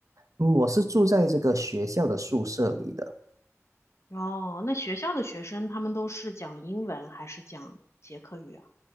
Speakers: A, on the right; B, on the left.
A: 嗯，我是住在这个学校的宿舍里的。
B: 哦，那学校的学生他们都是讲英文还是讲捷克语啊？